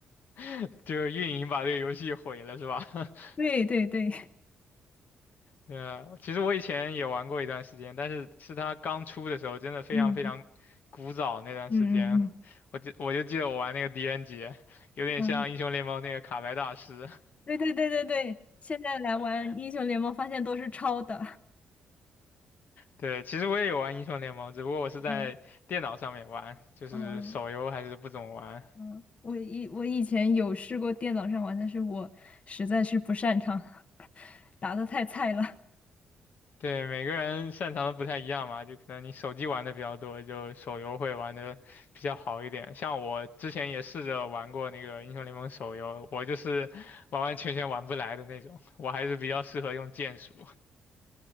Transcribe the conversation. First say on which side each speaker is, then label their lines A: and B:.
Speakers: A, on the left; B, on the left.
A: <laughs> 就是运营把这个游戏毁了，是吧？<laughs>
B: 对对对，
A: 嗯，其实我以前也玩过一段时间，但是是它刚出的时候，真的非常非常古早那段时间，
B: 嗯嗯嗯嗯，
A: 我就我就记得我玩那个狄仁杰，有点像英雄联盟那个卡牌大师。
B: 嗯，对对对对对，现在来玩英雄联盟，发现都是抄的。
A: 对，其实我也有玩英雄联盟，只不过我是在电脑上面玩，
B: 嗯
A: 就是手游还是不怎么玩。
B: 嗯嗯，我以我以前有试过电脑上玩，但是我实在是不擅长，<laughs> 打的太菜了。
A: 对，每个人擅长的不太一样嘛，就可能你手机玩的比较多，就手游会玩的比较好一点。像我之前也试着玩过那个英雄联盟手游，我就是完完全全玩不来的那种，我还是比较适合用剑术